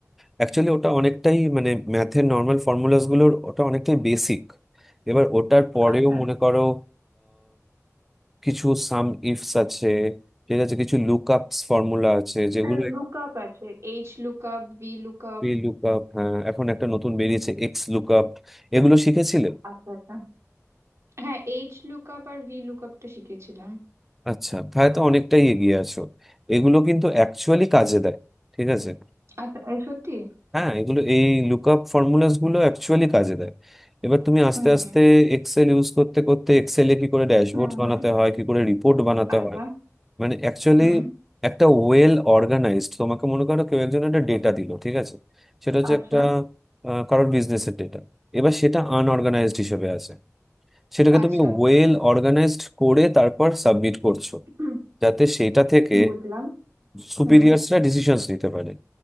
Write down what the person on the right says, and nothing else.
আচ্ছা
হ্যাঁ লুক আপ আছে H look up V look up
আচ্ছা আচ্ছা হ্যাঁ এইচ লুক আপ আর ভি লুক আপটা শিখেছিলাম
আচ্ছা এ সত্যি
হুম
হুম
হুম
আচ্ছা
হুম
আচ্ছা
আচ্ছা
<clears throat> হুম,
বুঝলাম
হুম